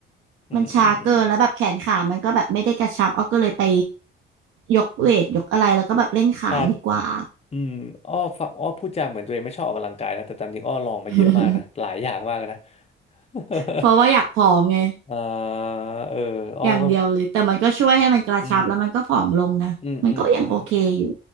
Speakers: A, on the left; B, on the right.
A: อืมอืมอืม
B: มันช้าเกินแล้วแบบแขนขามันก็แบบไม่ได้กระชับอ้อก็เลยไปยกเวทยกอะไรแล้วก็แบบเล่นขาดีกว่า
A: ครับอืมอ้อฟังอ้อพูดจาเหมือนตัวเองไม่ชอบออกกำลังกายนะแต่ตามจริงอ้อลองมาเยอะมากนะหลายอย่างมากนะ
B: <laughs>
A: <laughs>
B: เพราะว่าอยากผอมไง
A: อ่าเอออ้อก็
B: อย่างเดียวเลยแต่มันก็ช่วยให้มันกระชับแล้วมันก็ผอมลงนะมันก็ยังโอเคอยู่
A: อืมอืมอืมอืม